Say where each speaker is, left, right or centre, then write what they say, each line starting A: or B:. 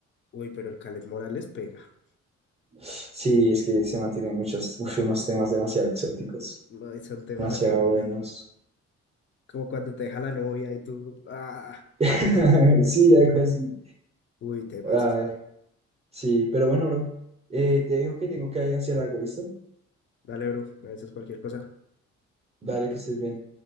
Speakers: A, on the left (about 40°); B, on the right (about 20°).
A: uy, pero el Caleb Morales pega.
B: Sí, es que se mantienen muchos, <laughs> uf, unos temas demasiado exóticos,
A: No, y son temas
B: demasiado
A: así como,
B: buenos.
A: como cuando te deja la novia y tú, ah,
B: <laughs> Sí, algo así.
A: uy, temas.
B: Ay, sí, pero bueno, bro. Eh, te digo que tengo que hacer algo, ¿listo?
A: Dale, bro, me dices cualquier cosa.
B: Dale, que estés bien.